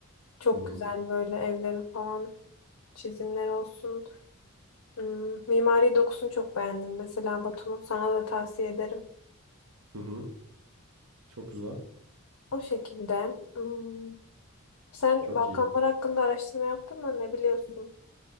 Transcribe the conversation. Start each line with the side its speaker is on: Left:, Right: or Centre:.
Left: Çok
Right: Hı hı.
Left: güzel böyle evlerin falan çizimler olsun. Hmm, Mimari dokusunu çok beğendim. Mesela Batum'un sana da tavsiye ederim.
Right: Hı hı. Çok güzel.
Left: O şekilde. hmm, Sen
Right: Çok
Left: Balkanlar
Right: iyi.
Left: hakkında araştırma yaptın mı? Ne biliyorsun?